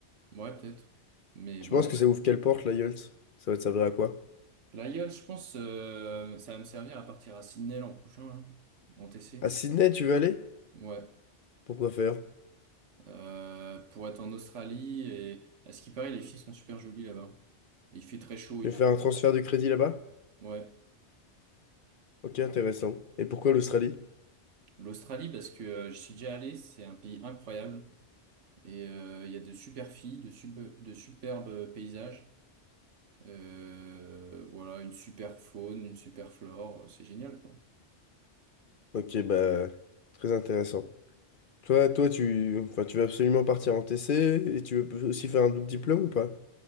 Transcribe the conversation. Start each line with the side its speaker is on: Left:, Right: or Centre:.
Right: Ouais, peut-être. Mais
Left: Tu
Right: bon,
Left: penses que ça ouvre quelle porte, l'IELTS? Ça va te servir à quoi?
Right: la gueule, je pense, euh, ça va me servir à partir à Sydney l'an prochain, là, en TC.
Left: À Sydney, tu veux aller?
Right: Ouais.
Left: Pourquoi faire?
Right: euh, pour être en Australie. Et à ce qui paraît, les filles sont super jolies là-bas. Et Il fait très chaud
Left: Tu
Right: et
Left: veux
Right: tout.
Left: faire un transfert de crédit là-bas?
Right: Ouais.
Left: Ok, intéressant. Et pourquoi l'Australie?
Right: L'Australie, parce que euh, je suis déjà allé, c'est un pays incroyable. Et euh, il y a de super filles, de, sub- de superbes paysages. Euh, voilà, une super faune, une super flore. euh, C'est génial, quoi.
Left: Ok, bah, très intéressant. Toi, toi, tu, enfin, tu veux absolument partir en TC et tu veux aussi faire un double diplôme ou pas?